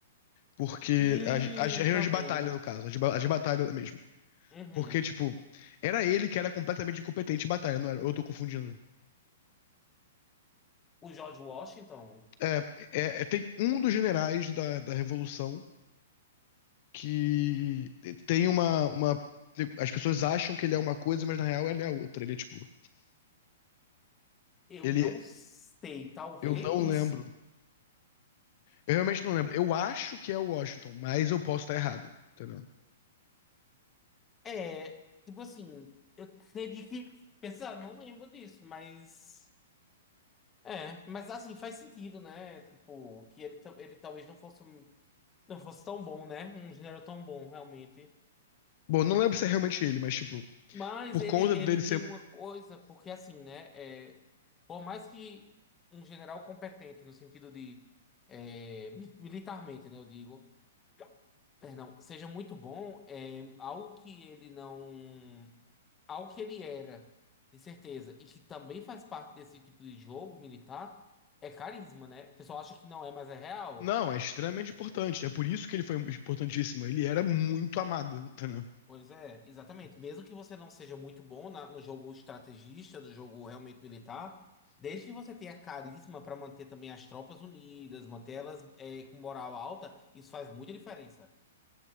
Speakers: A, on the left; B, on the left.
A: porque
B: Hum,
A: as, as reuniões
B: também.
A: de batalha, no caso, as de, ba- as de batalha mesmo.
B: Uhum.
A: Porque, tipo, era ele que era completamente incompetente em batalha, não era? Ou Eu tô confundindo.
B: O George Washington,
A: É, é- é- tem um dos generais da, da Revolução que tem uma, uma. As pessoas acham que ele é uma coisa, mas na real ele é outra. Ele é, tipo.
B: eu
A: Ele,
B: não sei, talvez.
A: Eu não lembro. Eu realmente não lembro. Eu acho que é o Washington, mas eu posso estar errado, entendeu?
B: É, tipo assim, eu teria que pensar, não lembro disso, mas. É, mas assim, faz sentido, né? Tipo, que ele, ta- ele talvez não fosse. um Não fosse tão bom, né? Um gênero tão bom, realmente.
A: Bom, não lembro se é realmente ele, mas, tipo,
B: Mas
A: por
B: ele,
A: conta
B: ele
A: dele
B: tinha
A: ser.
B: uma coisa, porque assim, né? é, por mais que um general competente, no sentido de é, mi- militarmente, né? Eu digo, perdão, seja muito bom, é, algo que ele não. Algo que ele era, de certeza, e que também faz parte desse tipo de jogo militar, é carisma, né? O pessoal acha que não é, mas é real.
A: Não, é extremamente importante. É por isso que ele foi importantíssimo. Ele era muito amado, entendeu?
B: Pois é, exatamente. Mesmo que você não seja muito bom na- no jogo estrategista, no jogo realmente militar, desde que você tenha carisma para manter também as tropas unidas, manter elas é, com moral alta, isso faz muita diferença.